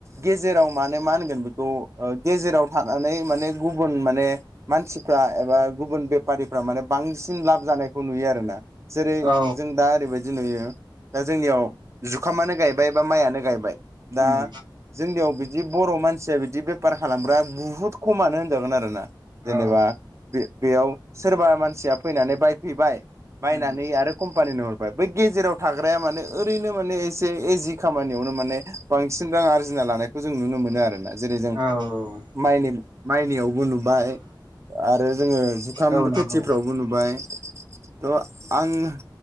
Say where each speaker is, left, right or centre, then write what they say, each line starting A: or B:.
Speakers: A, on the right (about 35°); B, on the right (about 65°).
A: गेजेराव माने मा होनगोन बेखौ ओ। गेजेराव थानानै माने गुबुन माने मानसिफ्रा एबा गुबुन बेफारिफ्रा माने बांसिन लाब जानायखौ नुयो आरोना जेरै
B: औ
A: जों दा ओरैबायदि नुयो। दा जोंनियाव जुखामानो गायबाय बा माइआानो गायबाय दा
B: उम
A: जोंनियाव बिदि जि बर' मानसिया बिदि बेफार खालामग्रा बुहुत खमानो होनजागोन आरो ना। जेनेबा
B: औ
A: बे बेयाव सोरबा मानसिया फैनानै बायफैबाय बायनानै
B: उम
A: आरो कम्पानिनो हरबाय बै गेजेराव थाग्राया माने ओरैनो माने एसे एजि खामानियावनो माने बांसिन रां आरजिना लानायखौ जों नुनो मोनो आरोना जेरै जों
B: औ
A: माइनि माइनियावबो नुबाय आरो जोङो जुखाम
B: औ नंगौ
A: खेथि फ्रावबो नुबाय थ' आं।